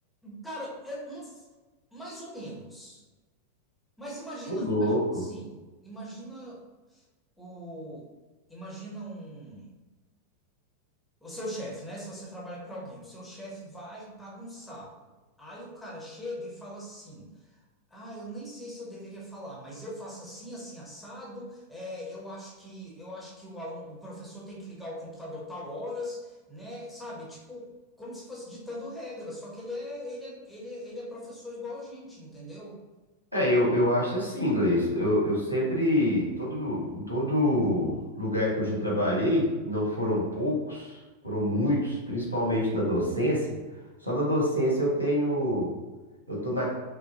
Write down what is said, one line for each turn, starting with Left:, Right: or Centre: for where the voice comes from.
Centre: Cara, é, não, f- mais ou menos. Mas imagina,
Right: Ô, louco.
Centre: imagina assim, imagina o, imagina um, o seu chefe, né? Se você trabalha para alguém, o seu chefe vai e paga um sapo. Aí o cara chega e fala assim: Ah, eu nem sei se eu deveria falar, mas eu faço assim, assim, assado. É, eu acho que, eu acho que o aluno, o professor tem que ligar o computador tal horas, né? Sabe? Tipo, como se fosse ditando regra, só que ele é, ele é, ele é, ele é professor igual a gente, entendeu?
Right: É, eu, eu acho assim, inglês. Eu, eu sempre, em todo, em todo lugar que eu já trabalhei, e não foram poucos, foram muitos, principalmente na docência. Só na docência eu tenho, eu tô na,